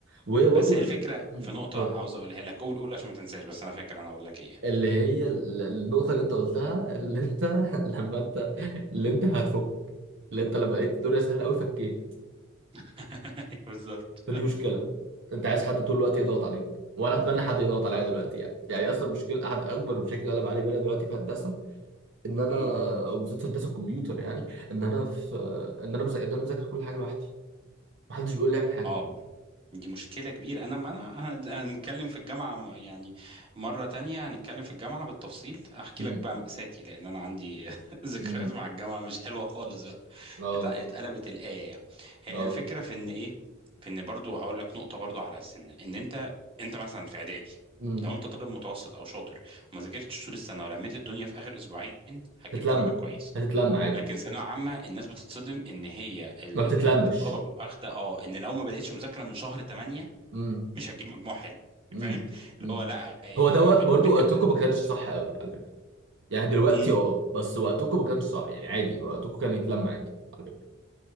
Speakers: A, on the right; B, on the right.
A: وهي برضو
B: بس هي الفكره
A: مم.
B: في نقطه
A: اتفضل
B: عاوز اقولها لك قول قول عشان ما تنساش بس انا فاكر انا اقول لك ايه
A: اللي هي ال- النقطه اللي انت قلتها اللي انت <laughs> لما انت اللي انت هتفك اللي انت لما لقيت الدنيا سهله قوي فكيت
B: <laughs> بالظبط
A: فدي مشكله انت عايز حد طول الوقت يضغط عليك وانا اتمنى حد يضغط
B: صح
A: عليا دلوقتي يعني يعني اصلا المشكله احد اكبر المشاكل اللي انا بعاني منها دلوقتي في هندسه ان انا
B: مم.
A: وبالذات في هندسه الكمبيوتر يعني ان انا في ان انا بذاكر ان انا بذاكر كل حاجه لوحدي محدش بيقول لي اعمل حاجه
B: اه دي مشكلة كبيرة انا ما انا هن- هنتكلم في الجامعة م- يعني مرة تانية هنتكلم في الجامعة بالتفصيل احكي
A: امم
B: لك بقى مأساتي لان انا عندي <laughs> ذكريات
A: امم
B: مع الجامعة مش حلوة خالص بقى
A: اه
B: ات- اتقلبت الآية يعني هي
A: اه
B: الفكرة في ان ايه في ان برضو هقول لك نقطة برضو على السن ان انت انت مثلا في اعدادي
A: امم
B: لو انت طالب متوسط او شاطر وما ذاكرتش طول السنة ولميت الدنيا في اخر اسبوعين هتجيب
A: تتلم
B: درجة كويسة
A: هتتلم عادي
B: لكن ثانويه عامه الناس بتتصدم ان هي ال-
A: ما بتتلمش
B: الطلبه بتبقى واخده اه ان لو ما بداتش مذاكره من شهر 8
A: امم
B: مش هتجيب مجموع حلو
A: امم
B: فاهم اللي
A: امم
B: هو لا آه،
A: هو ده وق-
B: آه، بت-
A: برضو
B: بتبدا
A: وقتكم ما كانش
B: بالظبط
A: صح قوي على فكره يعني دلوقتي
B: امم
A: اه بس وقتكم ما كانش صح يعني عادي وقتكم كان يتلم عادي على فكره